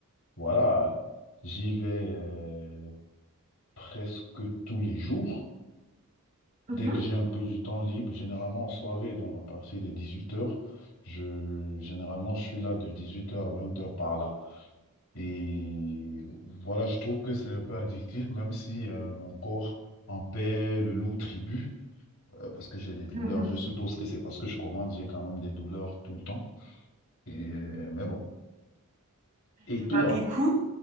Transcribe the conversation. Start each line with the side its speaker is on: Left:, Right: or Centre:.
Left: voilà, j'y vais euh, presque tous les jours.
Right: Mmh
Left: Dès que j'ai un peu du temps libre, généralement en soirée, donc à partir de 18 heures, je, généralement je suis là de 18 heures à 20 heures par là. Et voilà, je trouve que c'est un peu addictif, même si euh, mon corps en paie le lourd tribut, euh, parce que j'ai des douleurs.
Right: mh.
Left: Je suppose que c'est parce que je commence, j'ai quand même des douleurs tout le temps. Et, mais bon. Et
Right: Et bah,
Left: toi?
Right: <laughs> écoute